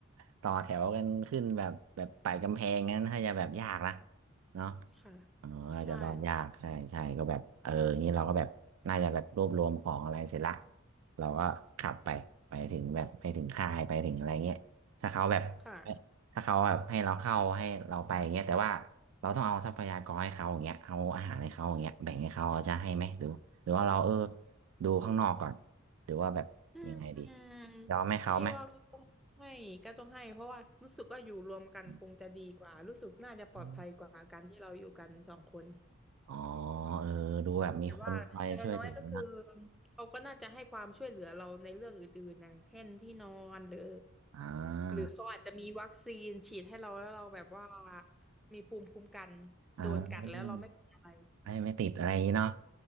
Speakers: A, on the right; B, in the centre.
A: <laughs> ต่อแถวกันขึ้นแบบแบบไต่กำแพงงั้นถ้าจะแบบยากนะเนาะ
B: ค่ะ
A: อ๋ออาจจะรอดยากใช่ใช่ก็แบบเอองี้เราก็แบบน่าจะแบบรวบรวมของอะไรเสร็จละ
B: ใช่
A: เราก็ขับไปไปถึงแบบไปถึงค่ายไปถึงอะไรเงี้ยถ้าเขาแบบให้ถ้าเขาแบบให้เราเข้าให้เราไปเงี้ยแต่ว่า
B: ค่ะ
A: เราต้องเอาทรัพยากรให้เขาอย่างเงี้ยเอาอาหารให้เขาอย่างเงี้ยแบ่งให้เขาเขาจะให้ไหมหรือหรือว่าเราเออดูข้างนอกก่อนหรือว่าแบบยังไงดี
B: อืม
A: ยอมให้เขาไหม
B: นี่ว่าก็ต้องให้ก็ต้องให้เพราะว่ารู้สึกว่าอยู่รวมกันคงจะดีกว่ารู้สึกน่าจะปลอดภัยกว่าการที่เราอยู่กันสองคน
A: อืมอ๋อเออดูแบบมีคนคอยช่วยเหลือนะ
B: แต่ว่าอย่างน้อยๆก็คือเขาก็น่าจะให้ความช่วยเหลือเราในเรื่องอื่นๆอย่างเช่นที่นอนหรือ
A: อ่า
B: หรือเขาอาจจะมีวัคซีนฉีดให้เราแล้วเราแบบว่ามีภูมิคุ้มกันโดนกัดแล้วเราไม่เป็นอะไร
A: เออไม่ไม่ติดอะไรอย่างงี้เนาะ